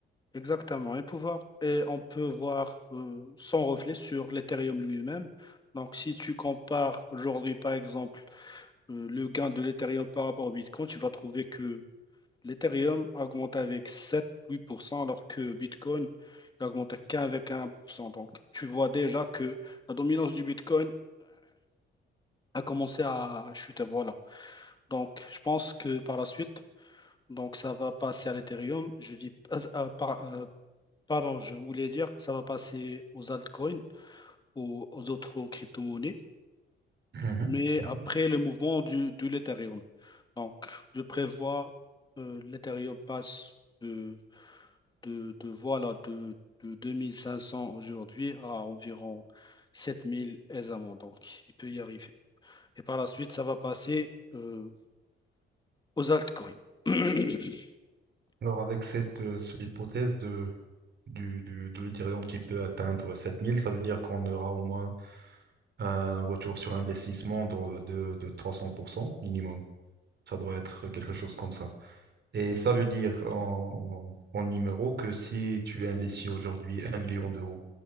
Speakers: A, on the left; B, on the right.
A: exactement. Et, pouvoir, et on peut voir euh, son reflet sur l'Ethereum lui-même. Donc, si tu compares aujourd'hui, par exemple, euh, le gain de l'Ethereum par rapport au Bitcoin, tu vas trouver que L'Ethereum a augmenté avec 7-8%, alors que Bitcoin il augmente qu'avec 1%. Donc, tu vois déjà que la dominance du Bitcoin a commencé à chuter. Voilà. Donc, je pense que par la suite, donc ça va passer à l'Ethereum. Je dis, ah, ah, par- euh, pardon, je voulais dire que ça va passer aux altcoins, aux, aux autres crypto-monnaies,
B: Mhm,
A: mais
B: mhm.
A: après le mouvement du, de l'Ethereum. Donc, je prévois euh, l'Ethereum passe. de de, de, voilà, de, de 2500 aujourd'hui à environ 7000 aisément. Donc, il peut y arriver. Et par la suite, ça va passer euh, aux altcoins. <coughs> <clears throat>
B: Alors avec cette, euh, cette hypothèse de, du, du- de l'Ethereum qui peut atteindre 7000, ça veut dire qu'on aura au moins un retour sur investissement de, de, de 300% minimum. Ça doit être quelque chose comme ça. Et ça veut dire en, en numéro que si tu investis aujourd'hui un million d'euros